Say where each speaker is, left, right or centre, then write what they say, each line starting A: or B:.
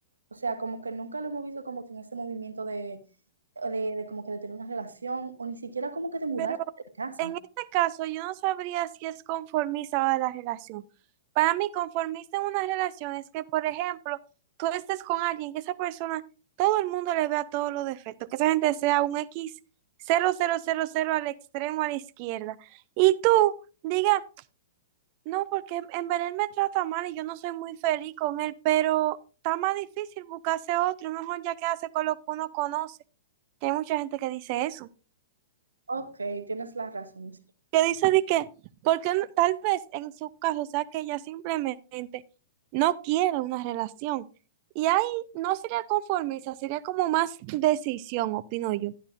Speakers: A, on the right (about 80°); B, on the right (about 40°).
A: O sea, como que nunca la hemos visto como que en ese movimiento de, de, de como que de tener una relación o ni siquiera como que de mudar
B: pero
A: de casa.
B: En este caso, yo no sabría si es conformista o de la relación. Para mí, conformista en una relación es que, por ejemplo, tú estés con alguien, que esa persona, todo el mundo le vea todos los defectos, que esa gente sea un X cero cero cero cero al extremo a la izquierda. Y tú digas, no, porque en verdad él me trata mal y yo no soy muy feliz con él, pero está más difícil buscarse otro, mejor ya quedarse con lo que uno conoce, que hay mucha gente que dice eso.
A: Ok, tienes la razón. sí.
B: que dice de que, porque no- tal vez en su caso sea que ella simplemente no quiere una relación. Y ahí no sería conformista, sería como más decisión, opino yo.